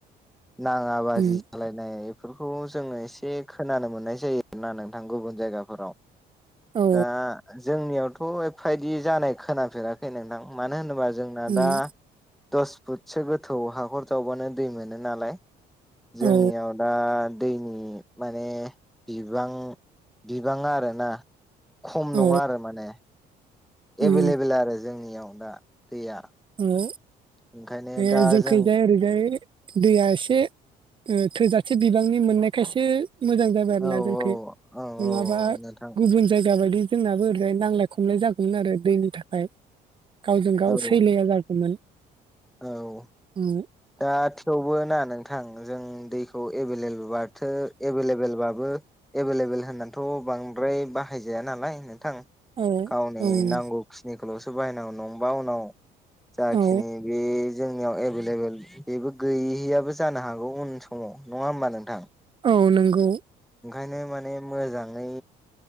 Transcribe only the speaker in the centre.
नाङा बाजि
नांलायनाय बेफोरखौ जोङो एसे खोनानो मोननाय जायो आरोना नोंथां गुबुन जायगाफोराव। दा
जोंनियावथ' एफा इदि जानाय खोनाफेराखै नोंथां। मानो होनोबा जोंना
दा दस फुटसो गोथौ हाखर जावबानो दै मोन नो नालाय
जोंनियाव दा दैनि माने बिबां बिबाङा आरोना खम
नङा आरो माने।
एभे लेबेल आरो जोंनियाव दा दैया।
ओंखायनो
दा
जों
औ
औ
औ नोंथां
औ
औ।
दा थेवबो ना नों थां जों दैखौ एबेलेल बाथो एभेले बेलबाबो एभेल लेबेल होननानैथ' बांद्राय बाहायजाया नालाय नोंथां
गावनि
नांगौखिनिखौल'सो बाहायनांगौ नङाबा उनाव जाखिनि
बे जोंनियाव एभेल लेबेल बेबो गैहैयाबो जानो हागौ उन समाव नङा होमबा नोंथां
ओंखायनो माने मोजाङै